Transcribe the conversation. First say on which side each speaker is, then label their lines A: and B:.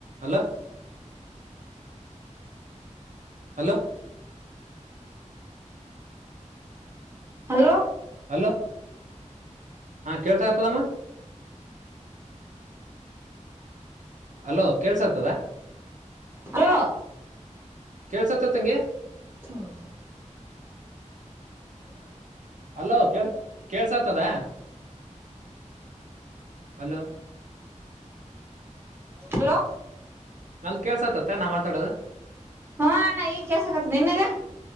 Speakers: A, on the right; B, on the right.
A: ಅಲ ಹಲೋ
B: ಹಲೋ
A: ಹಲೋ ಹಾ ಕೇಳ್ತಗತದಮ್ಮ? ಅಲೋ ಕೇಳ್ಸತದ.?
B: ಹಲೋ
A: ಕೇಳ್ಸತ್ತ ತಂಗಿ?
B: ತೊ <inaudible>
A: ಹಲೋ ಕ ಕೇಳ್ಸತದ? <inaudible> ಹಲೋ
B: ಹಲೋ
A: ನನ್ ಕೇಸತತ್ತ ನಾ ಮಾತಾಡೋದು?
B: ಹಾ ಆನ ಈ ಕೆಸತನೆನೆಗ.